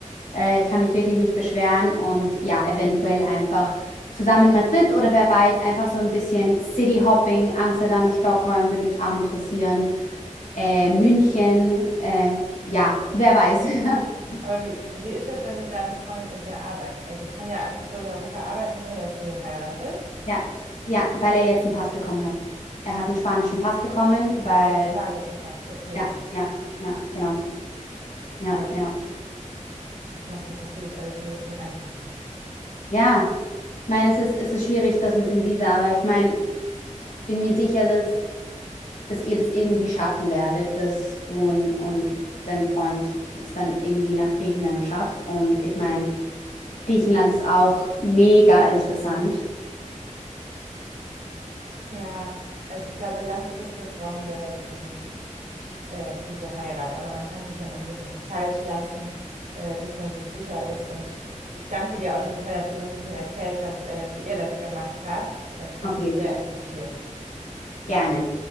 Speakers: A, on the left (about 75°); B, on the right (about 80°).
A: Äh, ich kann mich wirklich nicht beschweren und ja, eventuell einfach zusammen in Madrid oder wer weiß, einfach so ein bisschen City Hopping, Amsterdam, Stockholm würde mich auch interessieren, äh, München, äh, ja, wer weiß. <laughs>
B: Aber wie, wie ist das denn mit deinem Freund und der Arbeit? Also kann er einfach so in Europa arbeiten, ohne dass du den heiratest?
A: Ja, ja, weil er jetzt einen Pass bekommen hat. Er hat einen spanischen Pass bekommen,
B: Ah,
A: weil,
B: einen spanischen Pass, okay.
A: ja, ja, ja, genau. Ja,
B: Ja,
A: ja.
B: das macht das natürlich alles so ein bisschen einfacher.
A: Ja, ich meine, es ist, es ist schwierig, das mit dem Visa, aber ich meine, ich bin mir sicher, dass, dass ihr das irgendwie schaffen werdet, dass du und, und dein Freund es dann irgendwie nach Griechenland schafft. Und ich meine, Griechenland ist auch mega interessant.
B: Ja, also ich glaube, langfristig brauchen wir halt diesen äh, diese Heirat. Aber man kann sich ja noch ein bisschen Zeit lassen, äh, bis man sich sicher ist. Und ich danke dir auf jeden Fall, dass du so ein bisschen erzählt hast, äh, wie ihr das gemacht habt. Das
A: Auf
B: hat mich
A: jeden
B: sehr
A: Fall.
B: interessiert.
A: Gerne.